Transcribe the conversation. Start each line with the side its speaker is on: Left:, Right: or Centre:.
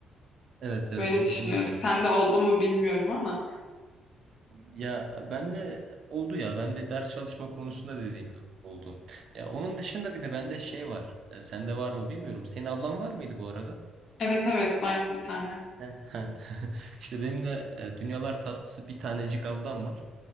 Right: Evet evet
Left: Böyle
Right: kesinlikle.
Left: düşünüyorum. Sende oldu mu bilmiyorum ama.
Right: Ya ben de oldu ya ben de ders çalışma konusunda dediğim gibi oldu. Ya onun dışında bir de bende şey var. E, sende var mı bilmiyorum. Senin ablan var mıydı bu arada?
Left: Evet evet var bir tane.
Right: Heh, <laughs> İşte benim de e, dünyalar tatlısı bir tanecik ablam var.